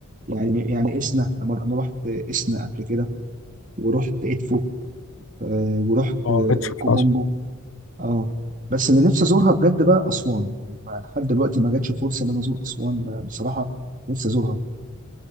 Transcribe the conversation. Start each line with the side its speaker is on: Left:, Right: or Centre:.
Right: يعني يعني إسنا لما أنا رحت إسنا قبل كده ورحت إدفو آه، ورحت
Left: آه،
Right: آه،
Left: اتش في
Right: كومومبو
Left: أسوان
Right: اه بس اللي نفسي أزورها بجد بقى أسوان يعني ما- لحد دلوقتي ما جاتش فرصة إن أنا أزور أسوان ما- بصراحة نفسي أزورها